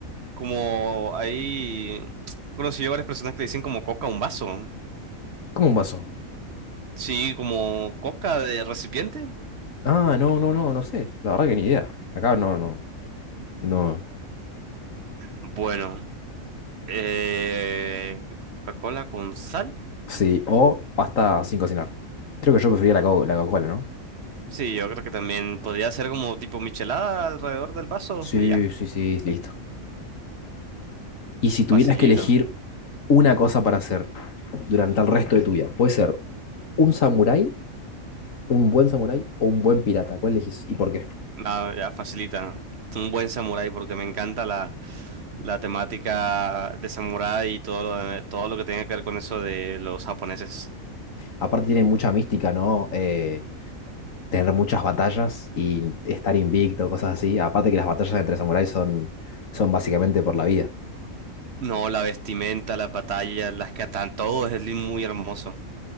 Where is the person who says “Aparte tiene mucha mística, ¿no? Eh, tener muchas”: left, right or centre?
Left